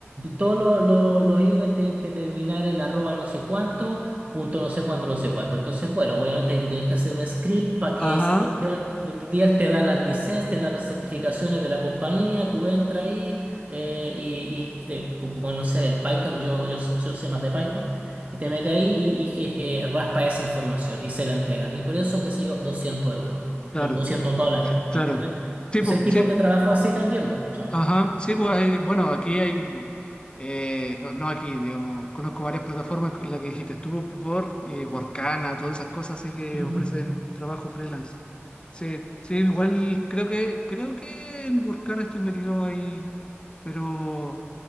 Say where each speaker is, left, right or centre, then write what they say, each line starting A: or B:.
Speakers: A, on the right; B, on the left.
A: Todos lo- lo- los emails tienen que terminar en arroba no sé cuánto, punto no sé cuánto, no sé cuánto. Entonces, bueno, obviamente ahí tú tenés que hacer un script para que
B: Ajá,
A: esa cuestión, día te da las licencias, te da las certificaciones de la compañía, tú entras ahí eh, y, y, eh, como, como no sé, el Python, yo, yo, yo sé más de Python. Te mete ahí y, y eh, raspa esa información y se la entregas. Y por eso, qué sé yo, 200 euros
B: claro,
A: o 200 dólares,
B: claro.
A: ¿entiendes?
B: Tipo,
A: Entonces hay tipos
B: sí,
A: de trabajo así también, bro. O sea,
B: Ajá, sí, pues hay, bueno, aquí hay, eh, no, no aquí, digamos, conozco varias plataformas, la que dijiste tú, Upwork, eh, Workana, todas esas cosas así que
A: Ujú.
B: ofrecen trabajo freelance. Sí, sí, igual creo que, creo que en Workana estoy metido ahí, pero